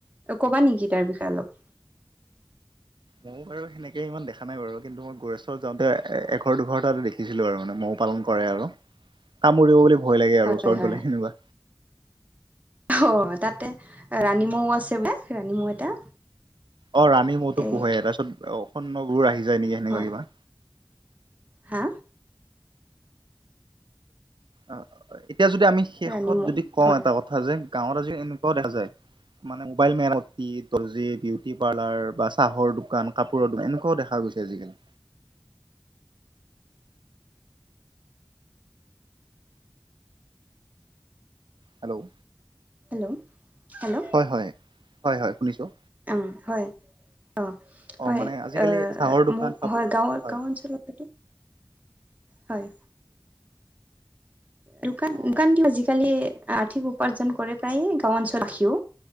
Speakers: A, on the right; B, on the right.
A: ক'বা নেকি তাৰ বিষয়ে অলপ?
B: মই বাৰু সেনেকে ইমান দেখা নাই বাৰু, কিন্তু মই গোৰেশ্বৰত যাওঁতে এঘৰ দুঘৰটা দেখি দেখিলো আৰু মানে মৌ পালন কৰে আৰু কামুৰিব বুলি ভয় লাগে আৰু
A: হয়'
B: ওচৰত
A: হয়।
B: গ'লে সেনেকুৱা
A: অহ' তাতে ৰাণী মৌ আছিলে। ৰাণী মৌ এটা।
B: অহ' ৰাণী মৌটো
A: এ
B: পোহে, তাৰপিছত সৈন্যবোৰ আহি যাই নেকি সেনেকুৱা
A: হয়
B: কিবা।
A: হা?
B: অ' এতিয়া যদি আমি শেষত
A: ৰাণী মৌ
B: যদি কওঁ
A: হয়
B: এটা কথা যে গাঁৱত আজি এনেকুৱাও দেখা যায়- মানে মোবাইল মেৰামতি, দৰ্জি, বিউটি পাৰ্লাৰ বা চাহৰ -দোকান, কাপোৰ দোকান এনেকুৱাও দেখা গৈছে আজিকালি। হেল্ল'।
A: হেল্ল'-হেল্ল'।
B: হয়' হয়' হয়' হয়' শুনিছোঁ।
A: উম' হয়। অ
B: অ
A: হয়
B: মানে আজিকালি
A: এ
B: চাহৰ দোকান
A: মোক
B: কাপোৰ
A: হয় গাঁৱৰ
B: হয়
A: গাওঁ অঞ্চলত হয় দোকান
B: অ
A: দোকানটো আজিকালি সঠিক উপাৰ্জন কৰে প্ৰায়ে গাঁও অঞ্চল ৰাখিও